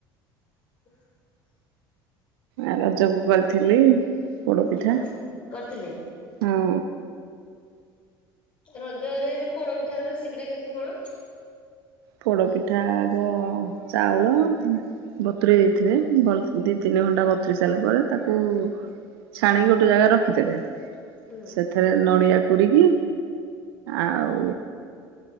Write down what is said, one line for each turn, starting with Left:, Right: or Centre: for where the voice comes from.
Left: <inaudible>
Right: ଆ ରଜକୁ କରିଥିଲି। ପୋଡପିଠା,
Left: କରି କରିଥିଲେ।
Right: ହଁ।
Left: ରଜରେ ଯୋଉ ପୋଡପିଠାର ରେସିପି ଟା କେମତି କଣ?
Right: ପୋଡ ପିଠା ଆଗ ଚାଉଳ ବତୁରେଇ ଦେଇିଥିବେ ଭଲ ଦି ତିନି ଘଣ୍ଟା ବତୁରି ସାରିଲା ପରେ ତାକୁ ଛାଣିକି ଗୋଟେ ଜାଗା ରଖିଦେବେ।
Left: ହୁଁ
Right: ସେଥିରେ ନଡିଆ କୋରିକି ଆଉ